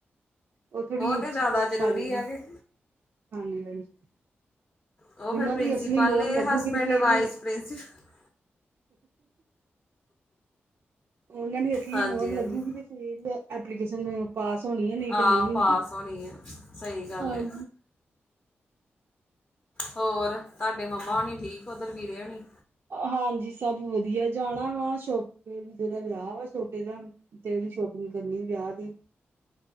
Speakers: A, on the right; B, on the left.
A: ਉਹ ਥੋੜੀ ਜਿਹੀ ਉੱਚੀ
B: ਤੇ ਜ਼ਿਆਦਾ
A: ਪੋਸਟ
B: ਜ਼ਰੂਰੀ
A: ਆ ਜਾਦੀ,
B: ਕਿ
A: ਹਾਂਜੀ ਹਾਂਜੀ।
B: ਉਹ ਫਿਰ
A: ਉਨਾਂ
B: ਪ੍ਰਿੰਸੀਪਲ
A: ਦੀ ਅਸਲੀ ਮੋਰ
B: ਨੇ
A: ਲੱਗੂਗੀ
B: ਹਸਬੈਂਡ
A: ਤੇ ਫੇਰ
B: ਵਾਈਸ
A: ਈ
B: ਪ੍ਰਿੰਸੀਪਲ
A: ਉਨਾਂ ਦੀ ਅਸਲੀ
B: ਹਾਂਜੀ
A: ਮੋਹਰ ਲੱਗੂਗੀ
B: ਹਾਂਜੀ
A: ਤੇ ਫੇਰ ਈ ਐਪਲੀਕੇਸ਼ਨ ਪਾਸ ਹੋਣੀ ਐ ਨੀ ਤੇ
B: ਆ
A: ਨੀ ਹੁੰਦੀ,
B: ਪਾਸ ਹੋਣੀ ਹੈ ਸਹੀ ਗੱਲ
A: ਹਾਂਜੀ।
B: ਹੈ ਹੋਰ ਤੁਹਾਡੇ ਮੰਮਾ ਓਣੀ ਠੀਕ ਓਧਰ ਵੀਰੇ ਓਣੀ?
A: ਹਾਂਜੀ ਸਭ ਵਧੀਆ ਜਾਣਾ ਵਾ ਸ਼ੋਪ ਮੇਰੇ ਵੀਰੇ ਦਾ ਵਿਆਹ ਵਾ ਛੋਟੇ ਦਾ, ਤੇ ਉਹਦੀ ਸ਼ੋਪਿੰਗ ਕਰਨੀ ਵਿਆਹ ਦੀ।